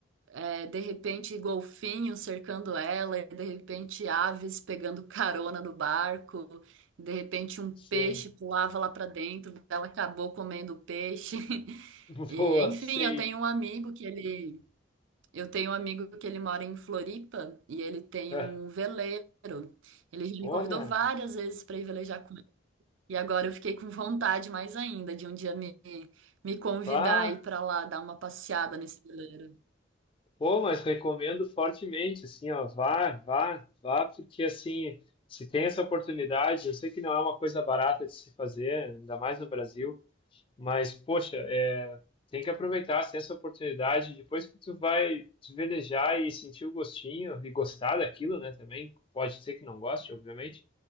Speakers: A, on the right; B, on the left.
A: É, de repente, golfinhos cercando ela, e de repente, aves pegando carona no barco, de repente, um
B: Sim,
A: peixe pulava lá para dentro, ela acabou comendo o peixe. <laughs>
B: <laughs>
A: E,
B: boa,
A: enfim,
B: sei.
A: eu tenho um amigo que ele, eu tenho um amigo que ele mora em Floripa e ele tem
B: É.
A: um veleiro. Ele já
B: Olha,
A: me convidou várias vezes para ir velejar com ele. E agora eu fiquei com vontade mais ainda de um dia me, me convidar
B: vá,
A: e ir para lá dar uma passeada nesse veleiro.
B: pô, mas recomendo fortemente, assim, ó, vá, vá, vá, porque assim, se tem essa oportunidade, eu sei que não é uma coisa barata de se fazer, ainda mais no Brasil, Mas, poxa, é, tem que aproveitar assim, essa oportunidade. Depois que tu vai se velejar e sentir o gostinho e gostar daquilo, né? Também pode ser que não goste, obviamente,